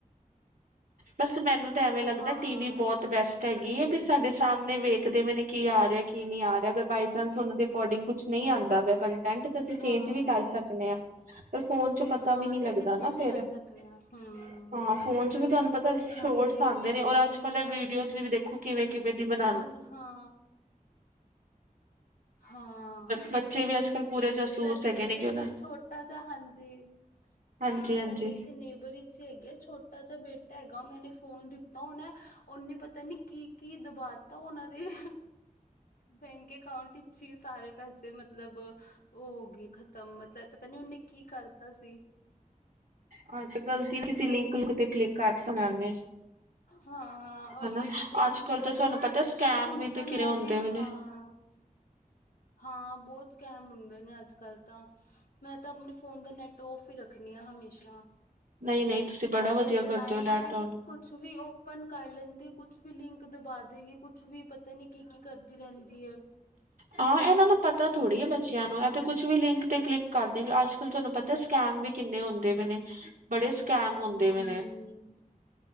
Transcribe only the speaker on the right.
ਬਸ ਮੈਨੂੰ ਤਾਂ ਐਵੇਂ ਲੱਗਦਾ
ਟੀ ਵੀ ਬਹੁਤ
ਬੈਸਟ ਹੈਗੀ
ਹੈ
ਵੀ ਸਾਡੇ
ਸਾਹਮਣੇ ਵੇਖਦੇ ਪੇ ਨੇ। ਕੀ ਆ ਰਿਹਾ ਕੀ ਨਹੀਂ ਆ ਰਿਹਾ ਅਗਰ ਬਏ ਚਾਂਸ ਉਹਨਾਂ ਦੇ ਅਕੋਰਡਿੰਗ ਕੁਛ ਨਹੀਂ ਆਉਂਦਾ ਕੰਟੈਂਟ ਅਸੀਂ
ਚੇਂਜ ਵੀ ਕਰ ਸਕਦੇ ਹਾਂ ਪਰ ਫੋਨ ਪਤਾ
ਵੀ ਨਹੀਂ
ਲੱਗਦਾ
ਨਾ ਫਿਰ
ਹਾਂ ਫੋਨ ਚ ਵੀ ਤੁਹਾਨੂੰ ਪਤਾ ਸ਼ੋਰਟਸ
ਆਂਦੇ
ਨੇ
ਓਨਾ ਚ
ਕਲਾ
ਵੀਡੀਓਜ਼ ਵੀ ਦੇਖੋ ਕਿਵੇਂ ਕਿਵੇਂ ਦੀ ਬਨਾ
ਬੱਚੇ ਵੀ ਅੱਜ ਕੱਲ੍ਹ ਪੂਰੇ ਜਾਸੂਸ
ਹੈਗੇ
ਨੇ ਕਿ
ਉਹਨਾਂ
ਹਾਂਜੀ
ਹਾਂਜੀ
ਹਾਂ ਤੇ ਗਲਤੀ ਅਸੀਂ ਲਿੰਕ ਲੁੰਕ ਤੇ ਕਲਿੱਕ ਕਰ ਸੁਣਾਦੇ
ਹਨਾ
ਅੱਜ ਕਲ੍ਹ
ਤਾਂ ਤੁਹਾਨੂੰ
ਪਤਾ ਸਕੈਮ
ਵੀ
ਤੇ ਕਿਹੜੇ
ਹੁੰਦੇ
ਵੇ
ਨੇ
ਨਈ ਨਈ ਤੁਸੀਂ ਬੜਾ
ਵਧੀਆ
ਕਰਦੇ ਓ
ਲੈਟ
ਓਨ
ਹਾਂ ਏਨਾਂ ਨੂੰ ਪਤਾ ਥੋੜ੍ਹੀ ਏ ਬੱਚਿਆਂ
ਨੂੰ ਐ ਤੇ ਕੁੱਛ ਵੀ ਲਿੰਕ ਤੇ ਕਲਿੱਕ ਕਰਦੇ ਅੱਜ ਕੱਲ੍ਹ ਤਾਨੂੰ ਪਤਾ ਸਕੈਮ ਵੀ ਕਿੰਨੇ ਹੁੰਦੇ ਪੇ ਨੇ ਬੜੇ ਸ ਕੈਮ ਹੁੰਦੇ
ਵੇ ਨੇ